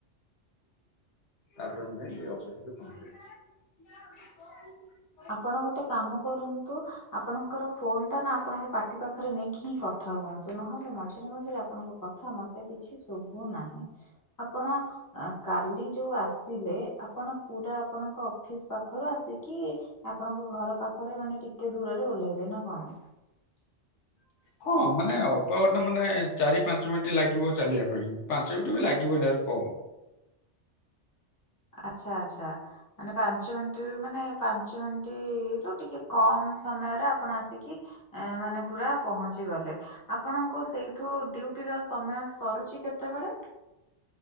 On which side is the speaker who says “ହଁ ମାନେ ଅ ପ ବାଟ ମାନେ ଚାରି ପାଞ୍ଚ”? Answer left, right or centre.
Left